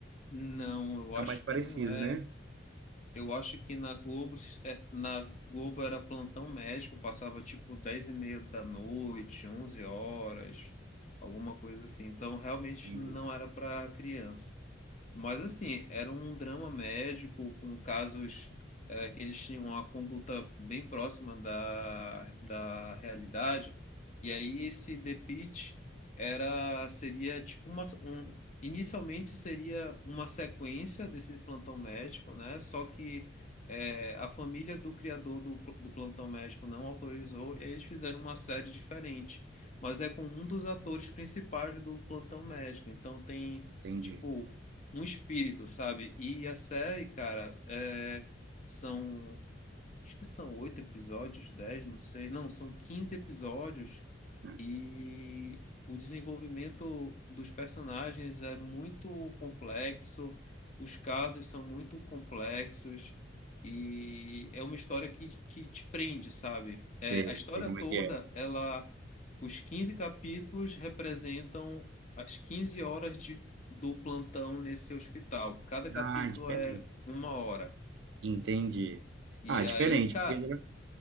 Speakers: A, on the left; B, on the right.
A: Não, eu
B: tá
A: acho
B: mais parecida,
A: que não é.
B: né?
A: Eu acho que na Globo, é, na Globo era plantão médico, passava tipo dez e meia da noite, 11 horas, alguma coisa assim. Então realmente
B: Entendi.
A: não era para criança. Mas assim, era um drama médico com casos eh, que eles tinham uma conduta bem próxima da, da realidade. E aí esse The Pitt era seria tipo uma um, inicialmente seria uma sequência desse plantão médico, né? Só que eh, a família do criador do, do plantão médico não autorizou e aí eles fizeram uma série diferente. Mas é com um dos atores principais do plantão médico. Então tem
B: Entendi.
A: Tipo, um espírito, sabe? E a série, cara, é, são. Acho que são oito episódios, dez, não sei. Não, são quinze episódios
B: Ah,
A: e o desenvolvimento dos personagens é muito complexo, os casos são muito complexos, e é uma história que, que te prende, sabe?
B: Sei,
A: É, a história
B: sei como
A: toda,
B: é que é.
A: ela, os 15 capítulos representam as 15 horas de, do plantão nesse hospital. Cada capítulo
B: Ah, diferente.
A: é uma hora.
B: Entendi.
A: E
B: Ah, diferente,
A: aí, cara,
B: porque geral-